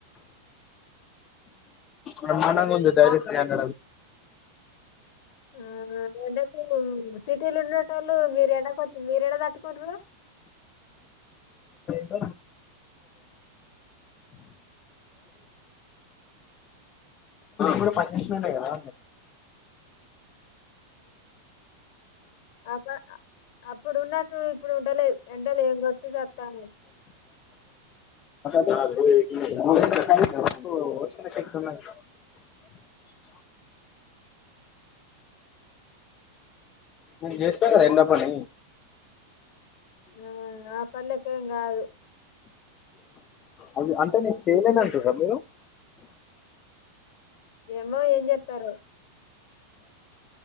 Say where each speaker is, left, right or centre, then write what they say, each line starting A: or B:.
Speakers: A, on the left; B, on the left.
A: మ మనం కొ ధైర్యంద
B: ఆ అంట సిటీలు ఉన్న వాళ్ళు మీరు ఎడా మీరెళ దాట్కుండు
A: ఇష్ట క పనిషంట కదా
B: అ అప్పుడు ఉన్నట్టు ఇప్పుడు ఉండలే ఎండలు ఏంట్టి చస్తాలి
A: శతున్నా నేను చేసినా కదా ఎండ పని
B: ఆ ఆ పల్కి కా అదు
A: అది అంటే నీకు చేయలేదంటుారా మీరు
B: ఏమో ఏం చెతారు